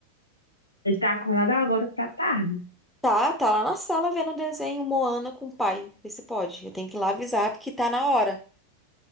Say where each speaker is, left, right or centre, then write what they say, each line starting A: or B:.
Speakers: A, on the left (about 80°); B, in the centre.
A: Ele tá acordado "Ah, agora, tá tarde.
B: Tá, tá lá na sala vendo o desenho Moana com o pai. Vê se pode. Eu tenho que ir lá avisar porque tá na hora.